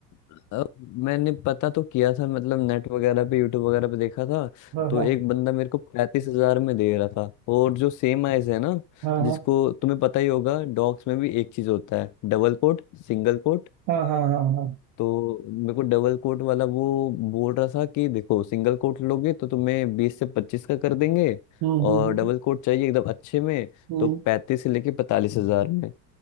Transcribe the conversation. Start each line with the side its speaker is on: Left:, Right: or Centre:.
Left: अब मैंने पता तो किया था मतलब नेट वगैरह पे यूट्यूब वगैरह पे देखा था
Right: हाँ
Left: तो
Right: हाँ
Left: एक बंदा मेरे को पैंतीस हजार में दे रहा था और जो सेम आइज है ना
Right: हाँ
Left: जिसको
Right: हाँ
Left: तुम्हें पता ही होगा डॉग्स में भी एक चीज होता है डबल कोट सिंगल कोट
Right: हाँ हाँ हाँ हाँ हाँ, हाँ,
Left: तो मेरे को डबल कोट वाला वो बोल रहा था कि देखो सिंगल कोट लोगे तो तुम्हें बीस से पच्चीस का कर देंगे
Right: हम्म
Left: और
Right: हम्म हम्म
Left: डबल कोट चाहिए एकदम अच्छे में
Right: हम्म,
Left: तो पैंतीस से लेके पैंतालीस हजार में